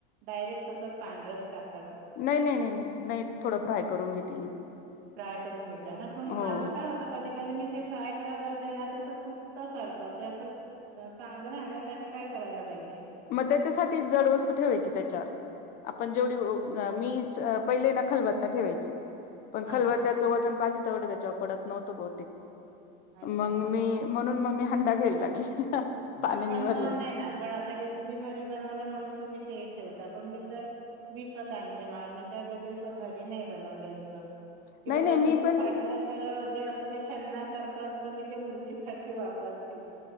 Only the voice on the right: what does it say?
डायरेक्ट तसंच पांढरस टाकतं
फ्रांय करूंन घेता नां पणं
माझं कायं होतं कधीं कधीं मी ते फ्रांय करायला जातं ते नां तसं तुटतं सारखं तेसं चांगलं राहण्यांसाठी कायं करायंला पाहिजे
हा
अच्छा
हां पणं
मंग नाहीं नां पणं आंता हे तुम्हीं घरी बनवलं म्हणूंन तुम्हीं ते ठेवतां पणं मी तरं विकतं आणते मंग मी कायं कधीं असं घरी नाहीं बनवलं इतकं किंवा
कधीं
दूधं
फाटलं तरं जे असतं ते छन्नासारखं असतं मी ते भुर्जीसाठी वापरते